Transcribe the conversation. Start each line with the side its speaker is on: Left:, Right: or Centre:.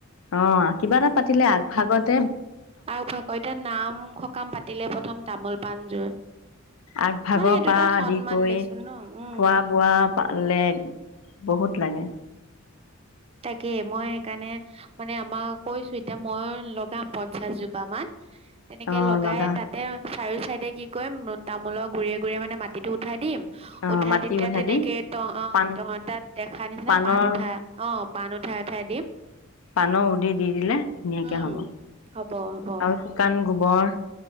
Left: অ কিবা এটা পাতিলে আগভাগত।
Right: আৰু ভকতে নাম সকাম পাতিলে। তামল পাণযোৰ
Left: আগভাগৰ
Right: মানে এইটো
Left: পৰা
Right: এটা
Left: আদি
Right: সন্মান
Left: কৰি
Right: দেচোন ন উম
Left: খোৱা বোৱা পালে বহুত লাগে
Right: তাকে মই সেইকাৰণে মানে আমাক কৈছো এতিয়া মই লগাম পঞ্চাশ জোপা মান। তেনেকে
Left: অ
Right: লগাই
Left: লগা
Right: তাতে চাৰিও চাইডে কি কৰিম তামোলৰ গুডৰিয়ে গুৰিয় মানে মাটিটো উঠাই দিম।
Left: অ
Right: উঠাই
Left: মাটি
Right: তেতিয়া তেনেকে
Left: দি
Right: ত অ
Left: পাণ
Right: তহঁত তাত দেখা নিচিনা
Left: পাণৰ
Right: পাণ উঠা অ পাণ উঠাই উঠ ঠাই দিম।
Left: পাণৰ উধি দি দি দিলে ধুনীয়াকে
Right: উম
Left: হ'ব
Right: হব হব
Left: আৰু শুকান গোবৰ